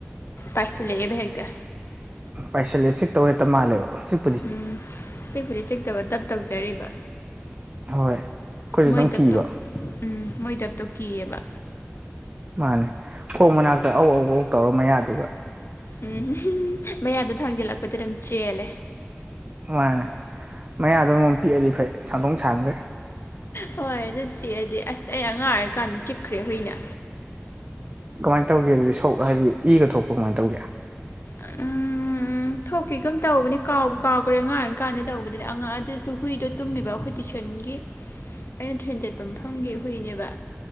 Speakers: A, on the left; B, on the right.
A: ꯄꯥꯏꯁꯤꯜ ꯂꯛꯑꯦꯕ ꯍꯦꯛꯇ
B: ꯄꯥꯏꯁꯤꯜꯂꯦ ꯆꯤꯛꯇꯧ ꯍꯦꯛꯇ ꯃꯥꯜꯂꯦꯕ ꯆꯤꯛ
A: ꯎꯝ ꯆꯤꯛꯄꯨꯗꯤ ꯆꯤꯛꯇꯕ ꯗꯞ ꯇꯧꯖꯔꯤꯕ
B: ꯍꯣꯏ ꯑꯩꯈꯣꯏꯁꯨ
A: ꯃꯣꯏ
B: ꯑꯗꯨꯝ ꯀꯤꯕ
A: ꯗꯞꯇꯣ ꯎꯝ ꯃꯣꯏ ꯗꯞꯇꯣ ꯀꯤꯑꯦꯕ
B: ꯃꯥꯅꯦ ꯈꯣꯡ ꯃꯅꯥꯛꯇ ꯑꯧ ꯑꯧ ꯑꯧ ꯇꯧꯔ ꯃꯌꯥꯗꯨꯒ
A: ꯎꯝ ꯃꯌꯥꯗꯣ ꯊꯥꯡꯖꯤꯜꯂꯛꯄꯗꯤ ꯑꯗꯨꯝ ꯆꯦꯜꯂꯦ
B: ꯃꯥꯅꯦ ꯃꯌꯥꯗ ꯑꯃꯝ ꯄꯤꯛꯑꯗꯤ ꯐꯩ ꯁꯥꯡꯗꯣꯡ ꯁꯥꯡꯈꯩ
A: ꯍꯣꯏ ꯑꯗꯨ ꯆꯤꯛꯑꯗꯤ ꯑꯁ ꯑꯩ ꯑꯉꯥꯡ ꯑꯣꯏꯔꯀꯥꯟꯗ ꯆꯤꯛꯈ꯭ꯔꯦ ꯍꯨꯏꯅ
B: ꯀꯃꯥꯏ ꯇꯧꯒꯦ ꯑꯗꯨꯗꯤ ꯁꯣꯛ ꯍꯥꯏꯗꯤ ꯏꯒ ꯊꯣꯛꯄ ꯀꯃꯥꯏꯅ ꯇꯧꯒꯦ
A: ꯑ ꯎꯝ ꯎꯝ ꯊꯣꯛꯈꯤꯒꯨꯝ ꯇꯧꯕꯅꯦ ꯀꯥꯎꯕꯨ ꯀꯥꯎꯈ꯭ꯔꯦ ꯑꯉꯥꯡ ꯑꯣꯏꯔꯤ ꯀꯥꯟꯗ ꯇꯧꯕꯗꯨꯅꯦ ꯑꯉꯥꯡ ꯑꯗꯨꯁꯨ ꯍꯨꯏꯗꯣ ꯇꯨꯝꯃꯤꯕ ꯑꯩꯈꯣꯏ <unintelligible> ꯑꯩꯅ ꯇꯨꯏꯁꯟ ꯆꯠꯄ ꯃꯐꯝꯒꯤ ꯍꯨꯏꯅꯦꯕ